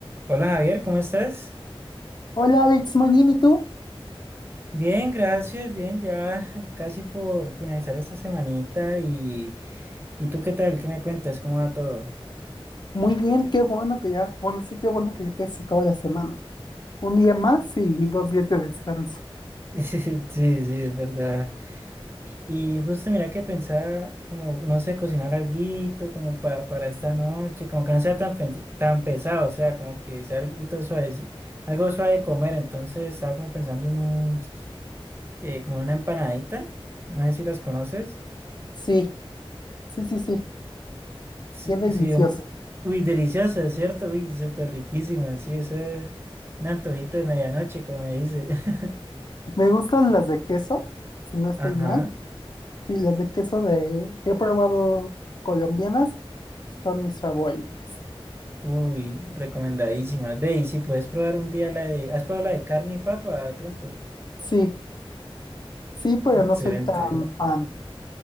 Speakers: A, on the right; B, on the left.
A: Hola Javier, ¿cómo estás?
B: Hola Alex, muy bien, ¿y tú?
A: Bien, gracias, bien, ya <laughs> casi por finalizar esta semanita y, ¿y tú qué tal? ¿Qué me cuentas? ¿Cómo va todo?
B: Muy bien, qué bueno que ya, bueno, sí, qué bueno que ya casi se acaba la semana. Un día más y dos días de descanso.
A: <laughs> Sí, sí, sí, es verdad. Y, y justo mira que pensaba como, no sé, cocinar alguito como pa- para esta noche, como que no sea tan, pens- tan pesado, o sea, como que sea alguito suave, algo suave de comer, entonces estaba como pensando en un, eh, como una empanadita, no sé si las conoces.
B: Sí, sí, sí, sí,
A: Sí,
B: qué delicioso.
A: sí, hom- uy, deliciosa, ¿cierto? Uy, súper riquísima, sí, eso es un antojito de medianoche, como me dice. <laughs>
B: Me gustan las de queso, si no estoy
A: Ajá,
B: mal. Sí, las de queso de que he probado colombianas son mis favoritas.
A: uy, recomendadísima. Ve, y si puedes probar un día la de, ¿has probado la de carne y papa de pronto?
B: Sí, sí, pero
A: Excelente.
B: no soy tan fan.